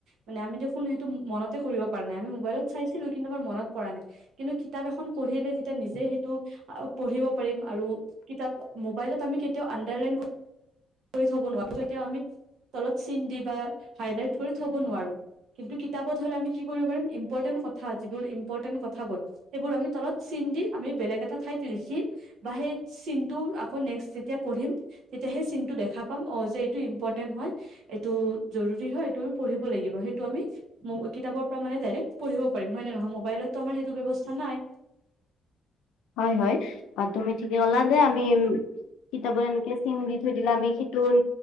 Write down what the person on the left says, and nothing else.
হয়ঁ হয়ঁ অঁ তুমি ঠিকে ক'লা যে আমি- কিতাপত এনেকে চিন দি থৈ দিলে আমি সেইটো এ